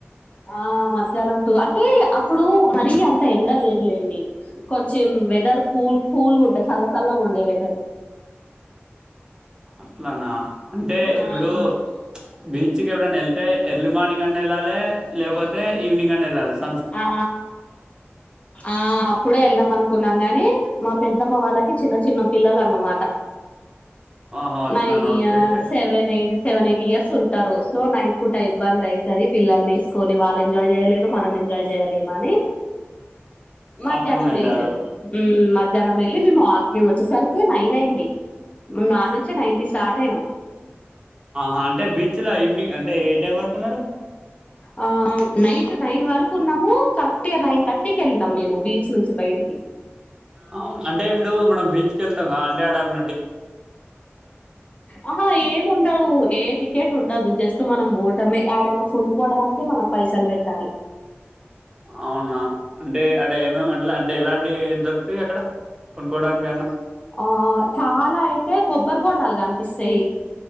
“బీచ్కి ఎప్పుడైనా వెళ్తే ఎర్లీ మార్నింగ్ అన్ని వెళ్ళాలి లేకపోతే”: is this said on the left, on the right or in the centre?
Right